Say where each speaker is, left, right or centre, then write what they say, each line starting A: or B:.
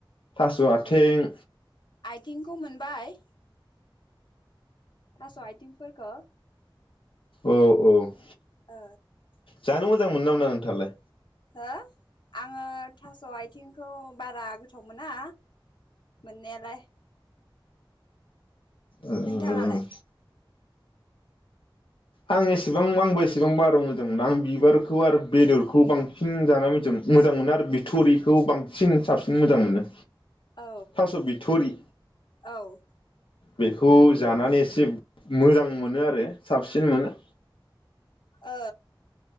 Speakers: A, on the left; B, on the left.
A: थास' आथिं
B: आइथिंखौ मोनबाय थास' आइथिंफोरखौ
A: औ औ
B: ओ
A: जानो मोजां मोनो ना मोना नोंथाङालाय
B: हो आङो थास' आथिंखौ बारा गोथाव मोना मोननायालाय
A: ओ
B: नोंथाङालाय
A: ओ आं एसेबां आंबो एसेबां बारा मोजां मोनो आं बिबारखौ आरो बेदरखौ बांसिन जानानै मोजां मोनो आरो बिथ'रिखौ बांसिन साबसिन मोजां मोनो।
B: औ
A: थास' बिथरि
B: औ
A: बेखौ जानानै एसे मोजां मोनो आरो साब सिन मोनो
B: ओ